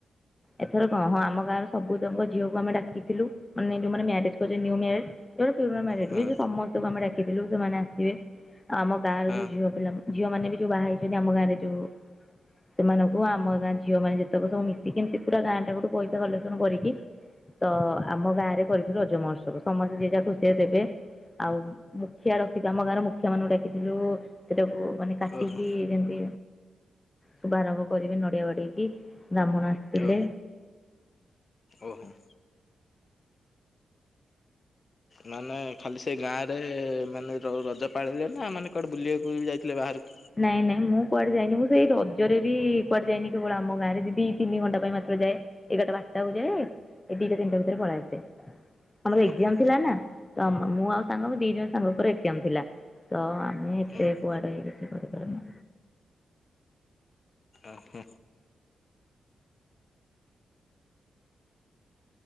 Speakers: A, on the left; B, on the left.
A: ଏଥର କଣ ହଁ ଆମ ଗାଁର ସବୁତଙ୍କ ଝିଅକୁ ଆମେ ଡାକିଥିଲୁ। ଯୋଉମାନେ ମ୍ୟାରେଜ କରିଛନ୍ତି, ନ୍ୟୁମ୍ୟାରେଡ଼ ଯୋଉ <unintelligible> ମାନେ ପୁରୁନା ମ୍ୟାରେଡ
B: ହଁ
A: ସମସ୍ତଙ୍କୁ ଆମେ ଡାକିଥିଲୁ ସେମାନେ ଆସିବେ। ଆମ ଗାଁର
B: ହଁ
A: ଯୋଉ ଝିଅ ପିଲା, ଝିଅ ମାନେ ବି ଯୋଉ ବାହା ହେଇଛନ୍ତି ଆମ ଗାଁ ରେ ଯୋଉ ସେମାନଙ୍କୁ ଆମ ଗାଁ ଝିଅମାନେ ଯେତେକ ସବୁ ମିଶିକି ଏମିତି ପୁରା ଗାଁ ଯାକ <unintelligible> ଠୁ ପଇସା କଲେକ୍ସନ କରିକି ତ ଆମ ଗାଁ ରେ କରିଥିଲୁ ରଜ ମହୋତ୍ସବ, ସମସ୍ତେ ଯିଏ ଯାହା ଖୁସି ରେ ଦେବେ। ଆଉ ମୁଖିଆ ରଖିଥିଲୁ, ଆମ ଗାଁର ମୁଖିଆ ମାନଙ୍କୁ ଡାକିଥିଲୁ ସେଟାକୁ ମାନେ କାଟିକି
B: ଓହୋ
A: ଯେମିତି ଶୁଭ ଆରମ୍ଭ କରିବେ ନଡ଼ିଆ ବାଡ଼େଇକି ବ୍ରାହ୍ମଣ ଆସିଥିଲେ।
B: ଓ ଓହୋ ମାନେ ଖାଲି ସେ ଗାଁରେ ମାନେ ରଜ ପାଳିଲେ, ନା କୁଆଡ଼େ ବୁଲିବାକୁ ଯାଇଥିଲେ ବାହାରକୁ?
A: ନାଇଁ ନାଇଁ ମୁଁ କୁଆଡେ ଯାଇନି, ମୁଁ ସେଇ ରଜରେ ବି କୁଆଡେ ଯାଇନି କେବଳ ଆମ ଗାଁରେ ଦି ତିନି ଘଣ୍ଟା ପାଇଁ ମ ଯାଏ ଏଗାରଟା ବାରଟାକୁ ଯାଏ, ଏ ଦିଟା ତିନିଟା ଭିତରେ ପଳେଇଆସେ। ଆମର
B: ଓହୋ
A: ଏଜ୍ଜାମ ଥିଲା ନା, ତ ମୁଁ ଆଉ ସାଙ୍ଗ ଦି ଜଣ ସାଙ୍ଗଙ୍କର ଥିଲା। ତ ଆମେ ଏତେ
B: ଓହୋ
A: କୁଆଡେ କିଛି କରିପାରୁନୁ।
B: ଓହୋ